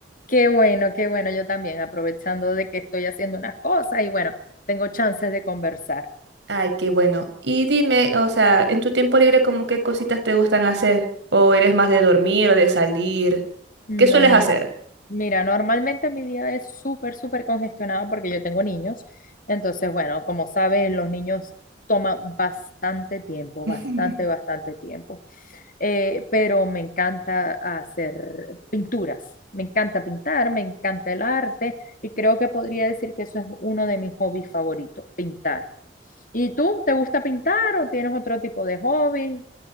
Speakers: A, on the left; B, on the right.
A: qué bueno, qué bueno, yo también, aprovechando de que estoy haciendo unas cosas y bueno, tengo chances de conversar.
B: Ay, qué bueno. Y dime, o sea, en tu tiempo libre, ¿cómo qué cositas te gustan hacer? ¿O eres más de dormir o de salir?
A: No,
B: ¿Qué sueles
A: mira,
B: hacer?
A: mira, normalmente mi día es súper, súper congestionado porque yo tengo niños. Entonces, bueno, como saben, los niños toman bastante tiempo,
B: <laughs>
A: bastante, bastante tiempo. Eh, pero me encanta hacer pinturas, me encanta pintar, me encanta el arte y creo que podría decir que eso es uno de mis hobbies favoritos, pintar. ¿Y tú, te gusta pintar o tienes otro tipo de hobby?